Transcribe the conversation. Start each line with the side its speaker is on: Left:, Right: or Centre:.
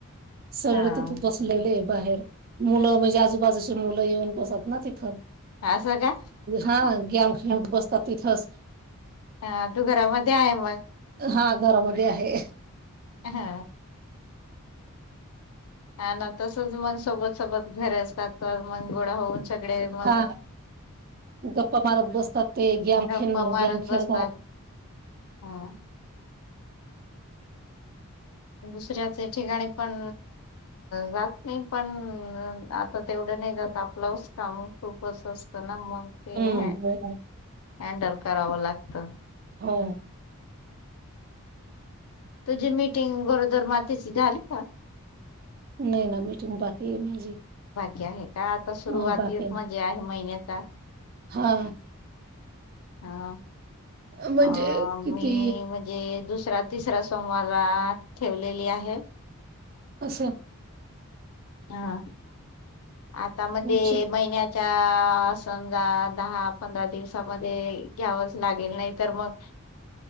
Right: सगळ
Left: हा
Right: तिथं बसलेले बाहेर मुलं म्हणजे आजूबाजूची मुलं येऊन बसत ना तिथं
Left: असं का
Right: हा गेम खेळत बसत तर तिथच
Left: हा तू घरामध्ये आहे मग
Right: हा घरामध्ये आहे
Left: हा ह ना तसच मग सोबत सोबत घरे असतात तर मन गोड होऊन सगळे मग
Right: हा गप्पा मारत बसतात ते गॅम
Left: गप्पा
Right: खेळणार
Left: मारत
Right: गॅम
Left: बसतात
Right: खेळणार
Left: हा दुसऱ्या त्या ठिकाणी पण जात नाही पण आता तेवढं नाही जात आपलंच काम खूपच असतं ना म ते
Right: हम्म
Left: हाय हंडल कराव लागत
Right: हो
Left: तुझी मिटिंग गरोदर मातेची झाली का?
Right: नाही ना मीटिंग बाकी आहे माझी
Left: क्या हे काय आता सुरुवाती
Right: हा बाकी
Left: मज्जा आहे महिन्यात चहा
Right: हा
Left: हा
Right: म्हणजे
Left: अ
Right: किती
Left: मी म्हणजे दुस त या तिसऱ्या सोमवारला ठेवलेली आहे.
Right: असं
Left: हा आता मध्ये
Right: आमची
Left: महिन्याच्या स दहा दहा पंधरा दिवसामध्ये घ्यावच लागेल नाही तर मग